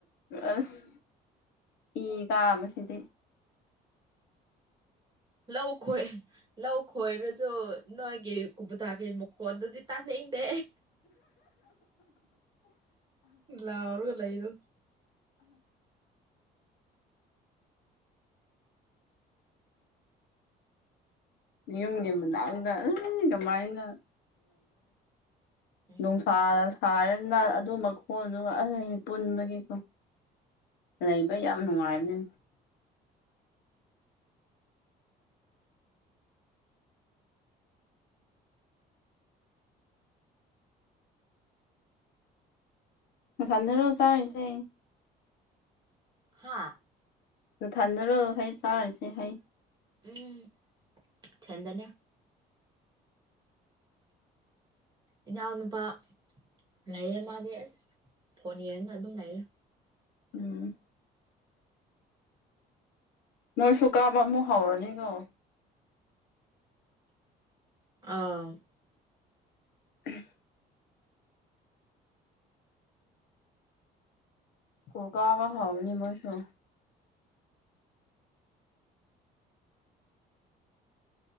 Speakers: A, on the left; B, on the right.
A: ꯑꯁ ꯏ ꯀꯥꯕꯁꯤꯗꯤ
B: ꯂꯧꯈꯣꯏ ꯂꯧ ꯈꯣꯏꯔꯁꯨ ꯅꯣꯏꯒꯤ ꯀꯕꯨꯇꯥꯒꯤ ꯃꯨꯀꯣꯟꯗꯨꯗꯤ ꯇꯥꯅꯤꯡꯗꯦ ꯂꯥꯎꯔꯒ ꯂꯩ ꯂꯩꯔ
A: ꯌꯨꯝꯒꯤ ꯃꯅꯥꯛꯇꯗ ꯀꯃꯥꯏꯅ
B: ꯎꯝ
A: ꯅꯨꯡꯁꯥ ꯁꯥꯔꯅ ꯑꯗꯨ ꯃꯈꯣꯟꯗꯨ ꯄꯨꯟꯕꯒꯤꯀꯣ ꯂꯩꯕ ꯌꯥꯝ ꯅꯨꯡꯉꯥꯏꯕꯅꯤ ꯊꯟꯗꯔꯣ ꯆꯥꯔꯤꯁꯦ
B: ꯍꯥꯥ
A: ꯅꯊꯟꯅꯔꯣ ꯍꯩ ꯆꯥꯔꯤꯁꯦ ꯍꯩ
B: ꯎꯝ ꯊꯗꯅ ꯏꯅꯥꯎꯅꯨꯄꯥ ꯂꯩꯔꯦ ꯃꯥꯗꯤ ꯑꯁ ꯐꯣꯟ ꯌꯦꯡꯉꯒ ꯑꯗꯨꯝ ꯂꯩꯔꯦ
A: ꯎꯝ ꯅꯣꯏꯁꯨ ꯀꯥꯕ ꯑꯃꯨꯛ ꯍꯧꯔꯅꯤꯀꯣ
B: ꯑꯥ
A: ꯎꯝ ꯀ ꯀꯥꯕ ꯍꯥꯎꯅꯤ ꯃꯣꯏꯁꯨ